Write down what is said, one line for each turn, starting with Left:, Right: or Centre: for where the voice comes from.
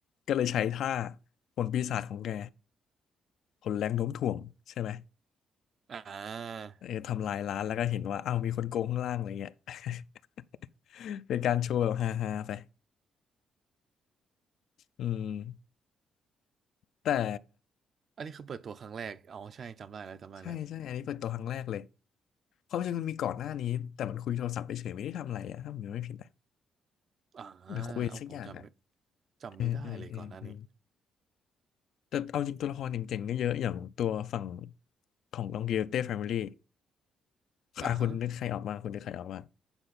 Left: ก็เลยใช้ท่าผลปีศาจของแกผลแรงโน้มถ่วงใช่ไหม
Right: อ่า
Left: เออทำลายร้านแล้วก็เห็นว่าอ้าวมีคนโกงข้างล่างอะไรเงี้ย <laughs> เป็นการโชว์แบบฮาๆไปอืมแต่
Right: อันนี้คือเปิดตัวครั้งแรกอ๋อใช่จำได้แล้วจำได้แล้ว
Left: ใช่ใช่ อันนี้เปิดตัวครั้งแรกเลยความจริงมันมีก่อนหน้านี้ แต่มันคุยโทรศัพท์ไปเฉยไม่ได้ทำอะไรอะถ้าผมจำไม่ผิดนะ
Right: อ่า
Left: หรือคุยสักอย่างอะ
Right: เอาผมจำไม่จำไม่ได้เลยก่อนหน้านี้
Left: เอืมอืมอืมอืแต่เอาจริงตัวละครเจ๋งๆก็เยอะ อย่างตัวฝั่งของลองกิ i เต้แฟมิลี่
Right: อ่าฮะ
Left: อ่ะคุณนึกใครออกมา คุณนึกใครออกมา